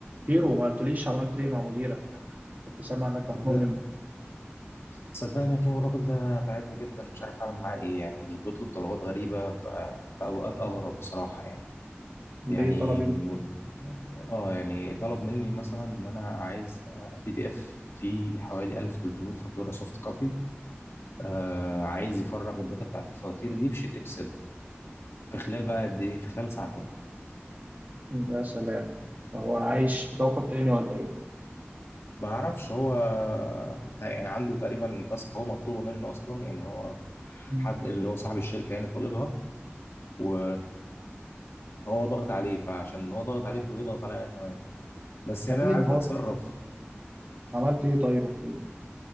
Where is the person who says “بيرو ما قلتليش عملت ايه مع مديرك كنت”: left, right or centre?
Right